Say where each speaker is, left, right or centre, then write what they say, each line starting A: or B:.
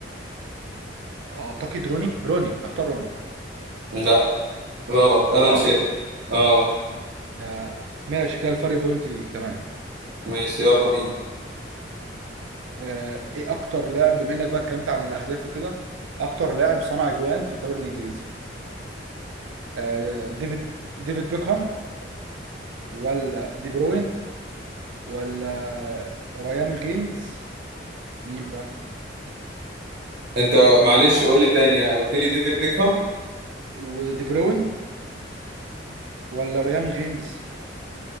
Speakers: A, on the right; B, on the right.
A: اعتقد روني روني هختار روني
B: لا غلط ألان
A: اه
B: شيرر اه
A: ده ماشي كده الفرق بوينت ليك تمام
B: ماشي يلا بينا
A: آه، ايه اكتر لاعب بما انك بقى اتكلمت عن الاهداف وكده اكتر لاعب صنع اجوان في الدوري الانجليزي آه، ديفيد ديفيد بيكهام ولا دي بروين ولا ريان غينز مين بقى
B: انت معلش قول لي تاني قلت لي ديفيد بيكهام
A: ودي بروين ولا ريان غينز